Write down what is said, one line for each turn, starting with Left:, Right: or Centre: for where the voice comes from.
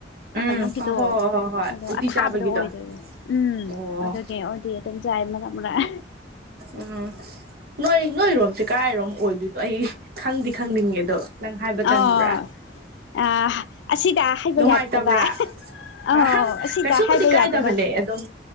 Right: ꯎꯝ
Left: ꯀꯩꯅꯣꯒꯤꯗꯣ
Right: ꯑ ꯍꯣꯏ ꯍꯣꯏ ꯍꯣꯏ ꯍꯣꯏ
Left: ꯑꯗꯣ
Right: ꯎꯇꯤ
Left: ꯑꯊꯥꯕꯗꯣ
Right: ꯆꯥꯕꯒꯤꯗꯣ
Left: ꯑꯣꯏꯗꯣꯏꯕ ꯎꯝ
Right: ꯑꯣ
Left: ꯑꯗꯨꯒꯤ ꯑꯣꯏꯗꯤ ꯇꯨꯝ ꯆꯥꯏ ꯃꯔꯛ ꯃꯔꯛ꯫
Right: ꯎꯝ ꯅꯣꯏ ꯅꯣꯏꯔꯣꯝꯁꯦ ꯀꯔꯥꯏꯔꯣꯝ ꯑꯣꯏꯗꯣꯏꯅꯣ ꯑꯩ ꯈꯪꯗꯤ ꯈꯪꯅꯤꯡꯉꯦꯗꯣ ꯅꯪ ꯍꯥꯏꯕ ꯇꯟꯕ꯭ꯔꯥ꯫
Left: ꯑꯥ ꯑ ꯑꯁꯤꯗ꯫ ꯍꯥꯏꯕ
Right: ꯅꯨꯡꯉꯥꯏꯇꯕ꯭ꯔꯥ
Left: ꯌꯥꯗꯕ ꯑꯧ
Right: ꯑꯍꯥ
Left: ꯑꯁꯤꯗ
Right: ꯀꯩꯁꯨꯕꯨꯗꯤ
Left: ꯍꯥꯏꯕ ꯌꯥꯗꯕ
Right: ꯀꯥꯏꯗꯕꯅꯦ ꯑꯗꯨꯝ꯫